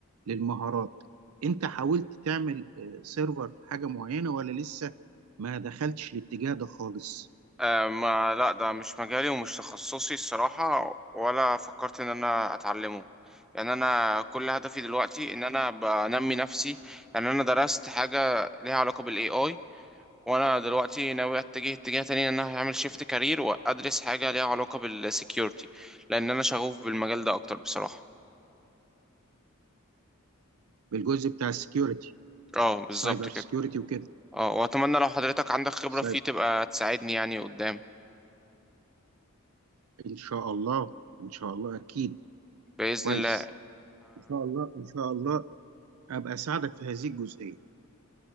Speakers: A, on the right (about 80°); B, in the centre.
A: للمهارات انت حاولت تعمل آه، سيرفر في حاجه معينه ولا لسه ما دخلتش الاتجاه ده خالص
B: آه، ما لا ده مش مجالي ومش تخصصي الصراحة ولا فكرت ان انا اتعلمه يعني انا كل هدفي دلوقتي ان انا بنمي نفسي يعني انا درست حاجة ليها علاقة بالاي اي وانا دلوقتي ناوي اتجه اتجاه تاني ان انا هعمل شيفت كارير وادرس حاجة ليها علاقة بالسكيورتي لان انا شغوف بالمجال ده اكتر بصراحة
A: بالجزء بتاع السكيورتي
B: اه بالظبط
A: سايبر
B: كده
A: سكيورتي وكده
B: اه واتمنى لو حضرتك عندك خبرة
A: سايبر.
B: فيه تبقى تساعدني يعني قدام
A: ان شاء الله ان شاء الله اكيد
B: بإذن
A: كويس
B: الله
A: ان شاء الله ان شاء الله ابقى اساعدك في هذه الجزئيه